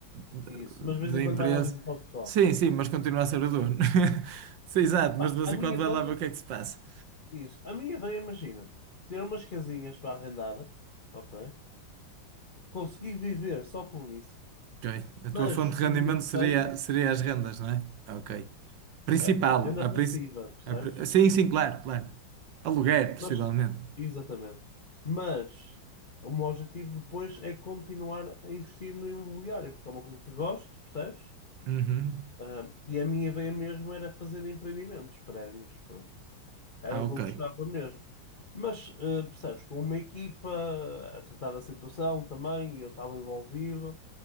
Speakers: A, on the right; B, on the left.
A: da,
B: isso.
A: da
B: Mas de vez em quando
A: empresa.
B: vai lá visitar o pessoal.
A: Sim, sim, mas continua a ser o dono. <laughs> Sim, exato,
B: Pá,
A: mas de vez
B: a
A: em
B: minha
A: quando vai
B: ideia,
A: lá ver o que é que se passa.
B: isso. A minha ideia, imagina, ter umas casinhas para arrendar, ok? Consegui viver só com isso,
A: Ok. A tua
B: mas
A: fonte
B: com
A: de rendimento
B: o dinheiro
A: seria,
B: que tenho.
A: seria as rendas, não é? Ok. Principal.
B: A, a renda
A: A princi
B: passiva, percebes?
A: a pri- sim, sim, claro, claro. Aluguer, possivelmente.
B: Mas, exatamente. Mas o meu objetivo depois é continuar a investir no imobiliário, porque é uma coisa que gosto, percebes?
A: Uhum.
B: Ah, e a minha ideia mesmo era fazer empreendimentos, prédios, pronto. Era
A: Ah,
B: o
A: ok.
B: que eu gostava mesmo. Mas, ah, percebes, com uma equipa, tratava a tratar situação também, eu estava envolvido,